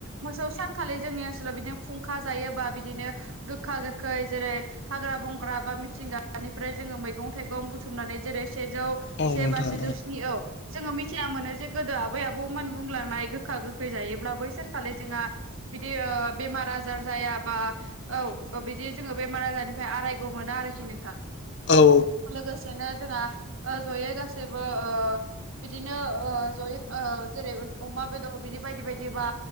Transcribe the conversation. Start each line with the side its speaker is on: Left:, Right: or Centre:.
Right: मोसौ सानखालि जोंनि ओनसोलाव बिदिनो खुंखा जायोबा बिदिनो गोखा गोखै जेरै हाग्रा बंग्रा बा मिथिंगानिफ्राय जोङो मैगं थाइगं बुथुमनानै जेरै सेजौ
Left: औ
Right: से बा
Left: नोंथां
Right: सेजौ स्नि औ जोङो मिथिना मोनो जे गोदो आबै आबौमोन बुंलांनाय गोखा गोखै जायोब्ला बै सानखालि जोंहा बिदि ओ बेमार आजार जायाबा औ ओ बिदि जोङो बेमार आजारनिफ्राय आरायग' मोना आरोखि नोंथां।
Left: औ
Right: लोगोसेनो जोंहा ओ ज'यै गासैबो ओ बिदिनो ओ ज'यै ओ जेरै अमा बेदर बिदि बायदि बायदिबा